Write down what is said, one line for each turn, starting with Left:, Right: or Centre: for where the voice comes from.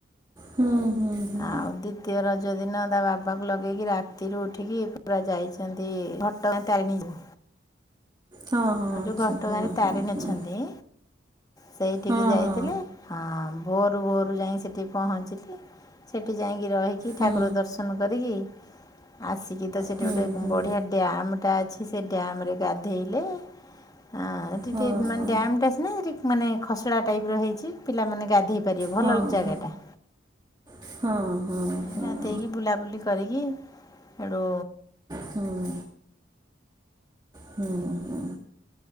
Right: ହୁଁ ହୁଁ। ହୁଁ
Left: ଆଉ ଦ୍ଵିତୀୟ ରଜ ଦିନ ତା ବାବାକୁ ଲଗେଇକି ରାତିରୁ ଉଠିକି ପୁରା ଯାଇଛନ୍ତି ଘଟ ଘଟଗାଁ ତାରିଣୀ କୁ
Right: ହଁ ହଁ
Left: ଆଉ
Right: ଆଚ୍ଛା
Left: ଯୋଉ ଘଟଗାଁ
Right: ହଁ
Left: ରେ ତାରିଣୀ
Right: ହଁ ହଁ।
Left: ଅଛନ୍ତି? ସେଇଠିକି
Right: ହଁ
Left: ଯାଇଥିଲେ
Right: ହଁ
Left: ହଁ ଭୋରୁ ଭୋରୁ ଯାଇ ସେଠି ପହଞ୍ଚିକି ସେଠି ଯାଇକି ରହିକି
Right: ହୁଁ
Left: ଠାକୁର ଦର୍ଶନ ଦର୍ଶନ କରିକି ଆସିକି ତ ସେଠି
Right: ହୁଁ
Left: ଗୋଟେ
Right: ହୁଁ
Left: ବଢିଆ ଡ୍ୟାମ୍ଟା ଅଛି ସେ ଡ୍ୟାମ୍ରରେ ଗାଧେଇଲେ ଆଁ ଏଠି
Right: ହଁ
Left: ମାନେ
Right: ହଁ
Left: ଡ୍ୟାମ ସିନା ସେଠି ମାନେ ଖସଡ଼ା ଟାଇପ୍ର ହେଇଛି। ପିଲାମାନେ ଗାଧେଇ ପାରିବେ
Right: ହଁ
Left: ଭଲ ଜାଗା ଟା।
Right: ହଁ ହଁ। ହଁ ହଁ।
Left: ଗାଧକି ବୁଲାବୁଲି କରିକି ହେଟୁ
Right: ହୁଁ। ହୁଁ ହଁ